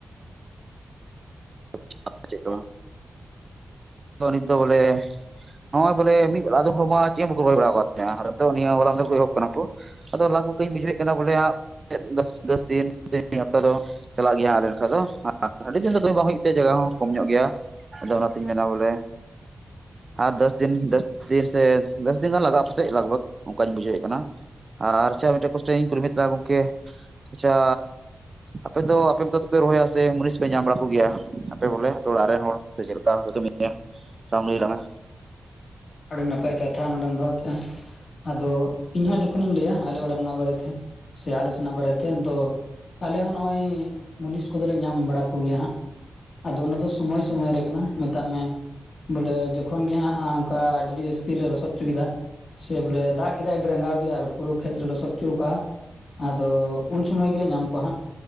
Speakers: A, on the right (about 40°); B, on the left (about 70°).
A: <inaudible> ᱪᱮᱜ ᱠᱚ ᱵᱟᱝ᱾ ᱚ ᱱᱤᱛ ᱫᱚ ᱵᱚᱞᱮ, ᱱᱚᱜ ᱚᱭ ᱵᱚᱞᱮ ᱢᱤᱫ ᱵᱮᱞᱟ ᱟᱫᱚᱢ ᱦᱚᱲ ᱢᱟ ᱪᱮᱫ ᱦᱚᱸ ᱵᱟᱠᱚ ᱨᱚᱦᱚᱭ ᱵᱟᱲᱟ ᱟᱠᱟᱫ ᱛᱟᱦᱮᱸᱜᱼᱟ ᱟᱨ ᱱᱤᱛᱚᱜ ᱱᱤᱭᱟᱹ ᱦᱚᱞᱟ ᱢᱟᱱᱫᱷᱮᱨ ᱮᱦᱚᱵ ᱠᱟᱱᱟ ᱠᱚ, ᱟᱫᱚ ᱞᱟᱵᱷ ᱵᱷᱩᱠᱟᱹᱧ ᱵᱩᱡᱷᱟᱹᱣᱮᱫ ᱠᱟᱱᱟ ᱵᱚᱞᱮ ᱦᱟᱜ ᱫᱚᱥ ᱫᱤᱱ ᱥᱮ ᱢᱤᱫ ᱦᱟᱯᱛᱟ ᱫᱚ᱾ ᱪᱟᱞᱟᱜ ᱜᱮᱭᱟ ᱟᱞᱮ ᱱᱟᱠᱷᱟ ᱫᱚ ᱟᱹᱰᱤ ᱫᱤᱱ ᱫᱚ ᱠᱟᱹᱢᱤ ᱵᱟᱝ ᱦᱩᱭᱩᱜ ᱛᱮ ᱡᱟᱜᱟ ᱦᱚᱸ ᱠᱚᱢ ᱧᱚᱜ ᱜᱮᱭᱟ᱾ ᱟᱫᱚ ᱚᱱᱟᱛᱤᱧ ᱢᱮᱱᱟ ᱵᱚᱞᱮ ᱟᱨ ᱫᱚᱥ ᱫᱤᱱ ᱫᱚᱥ ᱛᱤᱨ ᱥᱮ, ᱫᱚᱥ ᱫᱤᱱ ᱜᱟᱱ ᱞᱟᱜᱟᱜᱼᱟ ᱯᱟᱥᱮᱜ ᱞᱟᱜᱽᱵᱷᱟᱜᱽ ᱚᱱᱠᱟᱧ ᱵᱩᱡᱷᱟᱹᱣᱮᱜ ᱠᱟᱱᱟ᱾ ᱟᱨ ᱟᱪᱪᱷᱟ ᱢᱤᱫᱴᱮᱱ ᱠᱚᱥᱪᱮᱱᱤᱧ ᱠᱩᱞᱤᱢᱮ ᱛᱟᱦᱮᱱᱟ ᱜᱚᱝᱠᱮ ᱟᱪᱪᱷᱟ, ᱟᱯᱮ ᱫᱚ ᱟᱯᱮᱢᱚᱛᱚ ᱨᱚᱦᱚᱭᱟ ᱥᱮ ᱢᱩᱱᱤᱥ ᱯᱮ ᱧᱟᱢ ᱵᱟᱲᱟ ᱠᱚᱜᱮᱭᱟ ᱟᱯᱮ ᱵᱚᱞᱮ ᱟᱯᱮ ᱚᱲᱟᱜ ᱨᱮᱱ ᱦᱚᱲ ᱥᱮ ᱪᱮᱫ ᱞᱮᱠᱟ ᱯᱮ ᱠᱟᱹᱢᱤᱭᱟ᱾ ᱭᱟ <unintelligible> ᱞᱟᱹᱭ ᱞᱟᱝᱟ᱾
B: ᱟᱹᱰᱤ ᱱᱟᱯᱟᱭ ᱠᱟᱛᱷᱟ ᱱᱚᱰᱮᱢ ᱫᱚᱦᱚ ᱠᱮᱜᱼᱟ ᱟᱫᱚ ᱤᱧᱦᱚᱸ ᱡᱚᱠᱷᱚᱱ ᱚᱠᱷᱚᱱᱤᱧ ᱞᱟᱹᱭᱟ ᱟᱞᱮ ᱚᱲᱟᱜ ᱨᱮᱱᱟᱜ ᱵᱟᱨᱮᱛᱮ᱾ ᱥᱮ ᱟᱞᱮ ᱥᱮᱱᱟᱜ ᱵᱟᱨᱮᱛᱮᱱ ᱫᱚ ᱟᱞᱮ ᱦᱚᱸ ᱱᱚᱜᱼᱚᱭ ᱢᱩᱱᱤᱥ ᱠᱚᱫᱚᱞᱮ ᱧᱟᱢ ᱵᱟᱲᱟ ᱠᱚᱜᱮᱭᱟ ᱦᱟᱸᱜ᱾ ᱟᱫᱚ ᱚᱱᱟ ᱫᱚ ᱥᱚᱢᱚᱭ ᱼ ᱥᱚᱢᱚᱭ ᱨᱮ ᱠᱟᱱᱟ ᱢᱮᱛᱟᱜ ᱢᱮ ᱵᱚᱞᱮ ᱡᱚᱠᱷᱚᱱ ᱜᱮ ᱦᱟᱸᱜ ᱟᱢ, ᱚᱱᱠᱟ ᱟᱹᱰᱤ ᱡᱟᱹᱥᱛᱤ ᱞᱮ ᱞᱚᱥᱚᱫ ᱪᱚ ᱠᱮᱫᱟ᱾ ᱥᱮ ᱵᱚᱞᱮ ᱫᱟᱜᱽ ᱠᱮᱫᱟᱭ ᱟᱹᱰᱤ ᱨᱟᱜᱟᱣ ᱜᱮ ᱟᱨ ᱯᱩᱨᱟᱹ ᱠᱷᱮᱛ ᱞᱮ ᱞᱚᱥᱚᱫ ᱦᱚᱪᱚ ᱠᱟᱜᱼᱟ᱾ ᱟᱫᱚ ᱩᱱ ᱥᱚᱢᱚᱭ ᱜᱮᱞᱮ ᱧᱟᱢ ᱠᱚᱣᱟ ᱦᱟᱸᱜ᱾